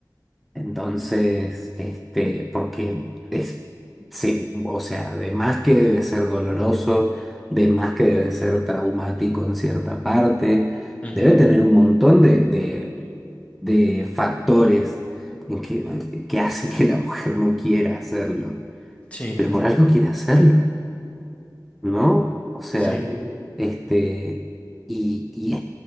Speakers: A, in the centre; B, on the left.
A: Entonces, este, porque es, sí o sea, de más que debe ser doloroso, de más que debe ser traumático en cierta parte,
B: Ujú,
A: debe tener un montón de, de de factores en que, que hacen que la mujer no quiera hacerlo,
B: Sí,
A: pero por algo quiere hacerlo, ¿no? O sea,
B: sí.
A: este, y, y